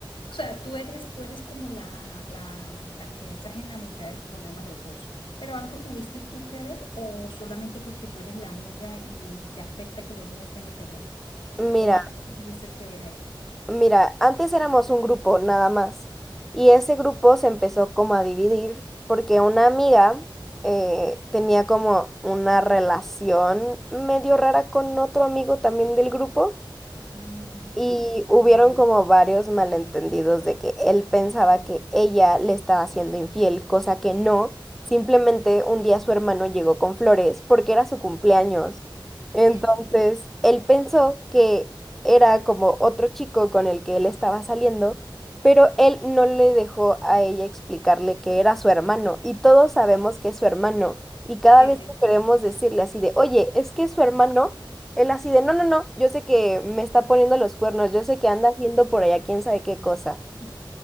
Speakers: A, on the left; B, in the centre.
A: sea, tú eres, tú eres como la, la, la que estás en la mitad del problema los dos, pero ¿algo tuviste tú que ver o solamente porque tú eres la amiga y te afecta que los dos estén de pelea?
B: Mira.
A: ¿O algo tú tuviste que ver ahí?
B: Mira, antes éramos un grupo nada más y ese grupo se empezó como a dividir porque una amiga eh, tenía como una relación medio rara con otro amigo también del grupo
A: Ujú.
B: y hubieron
A: Ay, ay.
B: como varios malentendidos de que él pensaba que ella le estaba siendo infiel, cosa que no. Simplemente un día su hermano llegó con flores porque era su cumpleaños. Entonces,
A: Sí, sí,
B: él pensó que era como otro chico con el que él estaba saliendo, pero él no le dejó a ella explicarle que era su hermano. Y todos sabemos que es su hermano. Y cada
A: sí,
B: vez
A: sí.
B: que queremos decirle así de, oye, es que es su hermano, él así de, no, no, no, yo sé que me está poniendo los cuernos, yo sé que anda haciendo por allá quién sabe qué cosa.
A: sí.